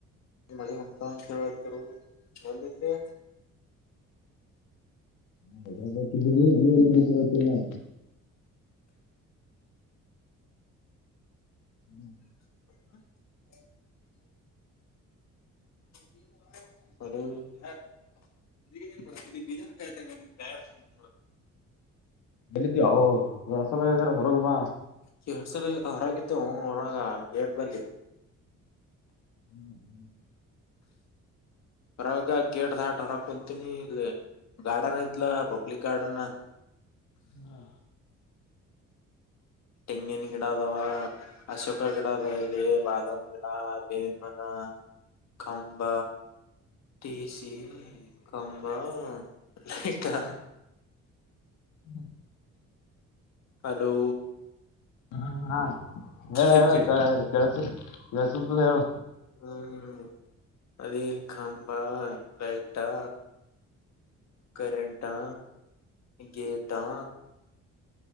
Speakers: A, on the left; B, on the left.
A: <unintelligible> ಎಲ್ಲಿದಿ.
B: <unintelligible> ನೀವ್ ಎಲ್ಲಿದಿರಿ ಕೇಳೀತೀನಿ ನಾ. <inaudible>
A: <inaudible> <unintelligible>
B: ಎಲ್ಲಿದ್ದಿ <unintelligible> ಹೊರಗೆ ಬಾ
A: ಕೆಳಸದ ಹೊರಗಿದ್ವೋ ಹೊರಗ ಗೇಟ್ನಲ್ಲಿ.
B: <inaudible>
A: ಹೊರಾಗ ಗೇಟ್ ದಾಟ್ ಹೊರ ಕುಂತೀನಿ ಇಲ್ಲಿ ಗಾರ್ಡನ್ ಐತ್ಲ ಪಬ್ಲಿಕ್ ಗಾರ್ಡನ್.
B: ಹಾ.
A: ತೆಂಗಿನ ಗಿಡ ಅದಾವ. ಅಶೋಕ ಗಿಡಲ್ಲಿ ಬಾದಾಮ್ ಗಿಡ ದೇವಿನ್ ಮರ ಕಂಬ ಟಿಸಿ ಕಂಬಾ ಲೈಟಾ
B: ಹಾ
A: ಹಲೋ
B: ಹ್ಮ ಹಾ ಹೇಳ
A: ಹ್ಮ್
B: ಹೇಳು ಕೇ ಕೇಳ್ಸ ಕೆಳ್ಸಸತ ಹೇಳು.
A: ಹ್ಮ ಅದೇಲ್ಲಿ ಕಂಬಾ ಲೈಟಾ? ಕರೆಂಟಾ ಗೇಟಾ.